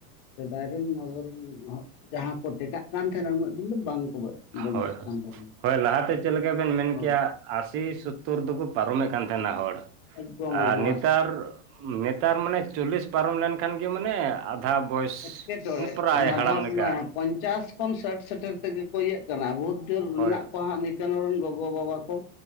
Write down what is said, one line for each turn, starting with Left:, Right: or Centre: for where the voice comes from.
Left: ᱥᱮᱫᱟᱭ ᱨᱮᱱ ᱟᱵᱚᱨᱮᱱ ᱡᱟᱦᱟᱸ ᱠᱚ ᱴᱮᱠᱟᱜ ᱠᱟᱱ ᱛᱟᱦᱮᱱᱟ ᱩᱱᱟᱹᱜ ᱫᱤᱱ ᱫᱚ ᱵᱟᱝᱠᱚ᱾ ᱵᱟᱧᱪᱟᱜ
Right: ᱦᱳᱭ
Left: ᱠᱟᱱ ᱛᱟᱵᱚᱱᱟ
Right: ᱦᱳᱭ ᱞᱟᱦᱟ ᱛᱮ ᱪᱮᱫ ᱞᱮᱠᱟᱵᱤᱱ ᱢᱮᱱ
Left: ᱦᱚᱲ᱾
Right: ᱠᱮᱭᱟ᱾ ᱟᱥᱤ ᱥᱚᱛᱛᱚᱨ ᱫᱚᱠᱚ ᱯᱟᱨᱚᱢᱮᱫ ᱠᱟᱱ ᱛᱟᱦᱮᱸᱱᱟ ᱦᱚᱲ
Left: ᱮᱠᱫᱚᱢ ᱮᱠᱫᱚᱢ
Right: ᱟᱨ ᱱᱮᱛᱟᱨ᱾ ᱱᱮᱛᱟᱨ ᱢᱟᱱᱮ ᱪᱚᱞᱞᱤᱥ ᱯᱟᱨᱚᱢ ᱞᱮᱱᱠᱷᱟᱱ ᱜᱮ ᱢᱟᱱᱮ᱾ ᱟᱫᱷᱟ ᱵᱚᱭᱮᱥ
Left: ᱮᱴᱠᱮᱴᱚᱬᱮ
Right: ᱯᱨᱟᱭ
Left: ᱦᱮᱸ
Right: ᱦᱟᱲᱟᱢ
Left: ᱟᱫᱷᱟ
Right: ᱞᱮᱠᱟ᱾
Left: ᱯᱚᱧᱪᱟᱥ ᱠᱷᱚᱱ ᱥᱟᱴ ᱥᱮᱴᱮᱨ ᱛᱮᱜᱮ ᱠᱚ ᱤᱭᱟᱹᱜ ᱠᱟᱱᱟ ᱵᱚᱦᱩᱛ ᱡᱳᱨ
Right: ᱦᱳᱭ
Left: ᱨᱮᱱᱟᱜ ᱠᱚ ᱦᱟᱸᱜᱼᱼ ᱱᱤᱝ ᱠᱟᱱ ᱨᱮᱱ ᱜᱚᱜᱚ ᱵᱟᱵᱟ ᱠᱚ